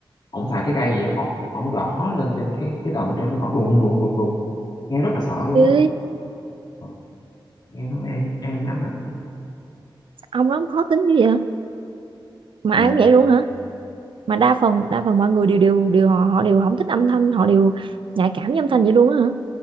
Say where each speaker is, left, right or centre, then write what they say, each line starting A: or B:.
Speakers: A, on the left (about 60°); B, on the right (about 70°).
A: ổng xài cái cây gì á, ổng ổng gõ lên trên cái cái tầng ở trên ổng gõ đùng đùng đùng đùng nghe rất là sợ luôn
B: chứ
A: á Ừ, nghe thôi em em ám ảnh luôn
B: ông đó ông khó tính như vậy hả? mà
A: ừ.
B: ai cũng vậy luôn hả mà đa phần đa phần mọi người đều đều đều họ họ đều không thích âm thanh họ đều nhạy cảm với âm thanh vậy luôn á hả